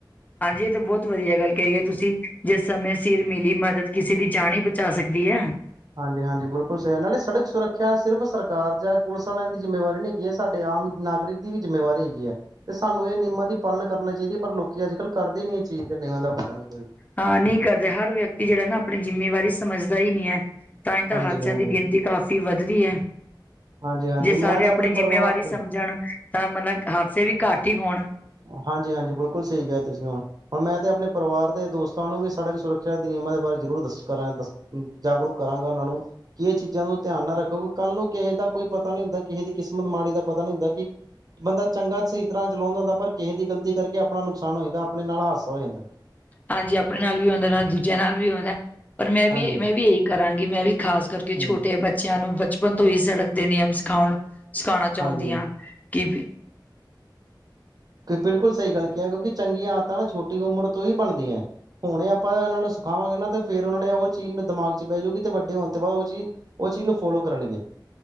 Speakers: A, on the left; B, on the right.
A: ਹਾਂਜੀ ਇਹ ਤਾਂ ਬਹੁਤ ਵਧੀਆ ਗੱਲ ਕਹੀਏ ਤੁਸੀਂ ਜਿਸ ਸਮੇਂ ਸਿਰ
B: ਹਾਂਜੀ
A: ਮਿਲੀ ਮਦਦ ਕਿਸੇ ਦੀ। ਜਾਨ ਹੀ ਬਚਾ ਸਕਦੀ ਹੈ।
B: ਹਾਂਜੀ ਹਾਂਜੀ ਬਿਲਕੁਲ ਸਹੀ ਹੈ ਨਾਲੇ ਸੜਕ ਸੁਰੱਖਿਆ ਸਿਰਫ ਸਰਕਾਰ ਜਾਂ ਪੁਲਿਸ ਵਾਲਿਆਂ ਦੀ ਜਿੰਮੇਵਾਰੀ ਨਹੀਂ ਹੈਗੀ ਹੈ ਸਾਡੇ? ਆਮ ਨਾਗਿਕ ਦੀ ਵੀ ਜਿੰਮੇਵਾਰੀ ਹੈਗੀ ਹੈ। ਤੇ ਸਾਨੂੰ ਇਹ ਨਿਯਮਾਂ ਦੀ ਪਾਲਣ ਕਰਨਾ ਚਾਹੀਦੀ ਹੈ। ਪਰ ਲੋਕੀ ਅੱਜ ਕੱਲ ਕਰਦੇ ਹੀ ਨੀ। ਚੀਜ਼ ਦੇ ਨਿਯਮਾ ਦਾ ਪਤਾ ਨਹੀਂ।
A: ਹਾਂ ਨਹੀਂ ਕਰਦੇ ਹਰ ਵਿਅਕਤੀ ਜਿਹੜਾ ਨਾ ਆਪਣੀ ਜਿੰਮੇਵਾਰੀ ਸਮਝਦਾ ਹੀ ਨਹੀਂ ਹੈ? ਤਾਂ ਹੀ ਤਾਂ
B: ਹਾਂਜੀ-ਹਾਂਜੀ,
A: ਹਾਸਿਆਂ ਦੀ ਗਿਣਤੀ ਕਾਫੀ ਵੱਧ ਰਹੀ ਹੈ
B: ਹਾਂਜੀ-ਹਾਂਜੀ
A: ਜੇ ਸਾਰੇ
B: ਮੈਂ ਤਾਂ
A: ਆਪਣੀ
B: ਆਪਣੇ
A: ਜਿੰਮੇਵਾਰੀ
B: ਪਰਿਵਾਰ ਤੋਂ
A: ਸਮਝਣ ਤਾਂ ਮਤਲਬ ਹਾਦਸੇ ਵੀ ਘੱਟ ਹੀ ਹੋਣ।
B: ਹਾਂਜੀ ਹਾਂਜੀ ਬਿਲਕੁਲ ਸਹੀ ਕਿਹਾ ਤੁਸੀਂ ਹੁਣ ਹੁਣ ਮੈਂ। ਤੇ ਆਪਣੇ ਪਰਿਵਾਰ ਦੇ ਦੋਸਤਾਂ ਨੂੰ ਵੀ ਸੜਕ ਸੁਰੱਖਿਆ ਦੇ ਨਿਯਮਾਂ ਦੇ ਬਾਰੇ ਜ਼ਰੂਰ ਦੱਸਾ ਕਰਾਂ ਜਾਗਰੂਕ ਕਰਾਂਗਾ ਉਹਨਾ ਨੂੰ। ਉਹਨੂੰ ਕੀ ਇਹ ਚੀਜ਼ਾਂ ਨੂੰ ਧਿਆਨ ਨਾ ਰੱਖੋਗੇ ਕੱਲ ਨੂੰ। ਕਿਸੇ ਦਾ ਕੋਈ ਪਤਾ ਨੀ ਹੁੰਦਾ ਕਿਸੇ ਦੀ ਕਿਸਮਤ ਮਾੜੀ ਦਾ ਪਤਾ ਨੀ ਹੁੰਦਾ ਕਿ ਬੰਦਾ ਚੰਗਾ ਸਹੀ ਤਰ੍ਹਾਂ ਚਲਾਉਂਦਾ ਹੁੰਦਾ ਪਰ। ਕਿਸੇ ਦੀ ਗਲਤੀ ਕਰਕੇ ਆਪਣਾ ਨੁਕਸਾਨ ਹੋ ਜਾਂਦਾ ਆਪਣੇ ਨਾਲ ਹਾਦਸਾ ਹੋ ਜਾਂਦਾ ਹੈ।
A: ਹਾਂਜੀ ਆਪਣੇ ਨਾਲ ਵੀ ਹੁੰਦਾ ਹੈ ਨਾਲੇ ਦੂਜਿਆਂ ਨਾਲ ਵੀ ਹੁੰਦਾ ਹੈ। ਪਰ ਮੈਂ ਵੀ
B: ਹਾਂਜੀ,
A: ਮੈਂ ਵੀ ਇਹੀ ਕਰਾਂਗੀ ਮੈਂ ਵੀ ਖਾਸ ਕਰਕੇ
B: ਹਾਂਜੀ,
A: ਛੋਟੇ ਬੱਚਿਆਂ ਨੂੰ? ਬਚਪਨ ਤੋਂ ਹੀ ਸੜਕ ਦੇ ਨਿਯਮ ਸਿਖਾਉਣ ਸਿਖਾਉਣਾ ਚਾਹੁੰਦੀ
B: ਹਾਂਜੀ-ਹਾਂਜੀ।
A: ਹਾਂ ਕਿ ਵੀ <inaudible>
B: ਬਿਲਕੁਲ ਸਹੀ ਗੱਲ ਕਿਹਾ ਕਿਉਂਕਿ ਚੰਗੀਆਂ ਆਦਤਾਂ ਨਾ ਛੋਟੀ ਉਮਰ ਤੋਂ ਹੀ ਬਣਦੀਆਂ। ਹੁਣੇ ਆਪਾਂ ਉਹਨਾਂ ਨੂੰ ਸਿਖਾਵਾਂਗੇ ਨਾ ਤੇ ਫੇਰ ਉਹਨਾਂ ਨੇ ਉਹ ਚੀਜ਼ ਦਿਮਾਗ 'ਚ ਬਹਿ ਜਾਊਗੀ ਤੇ ਵੱਡੇ ਹੋਣ ਤੋਂ ਬਾਅਦ ਉਹ ਚੀਜ਼। ਉਹ ਚੀਜ਼ ਨੂੰ ਫੋਲੋ ਕਰਨਗੇ।